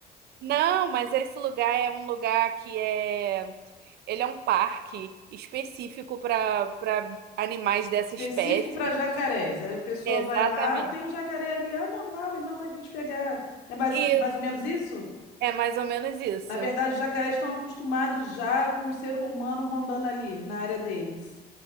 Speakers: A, on the right (about 70°); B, on the left (about 85°).
A: Não, mas esse lugar é um lugar que é. Ele é um parque específico para para animais dessa
B: específico
A: espécie.
B: para jacarés. Aí A pessoa
A: Exatamente.
B: vai lá, tem um jacaré ali, ah, normal, ele não vai vir te pegar. É mais,
A: E
B: mais ou menos isso?
A: é mais ou menos isso.
B: Na verdade,
A: Eu
B: os jacarés estão acostumados já com o ser humano rondando ali, na área deles.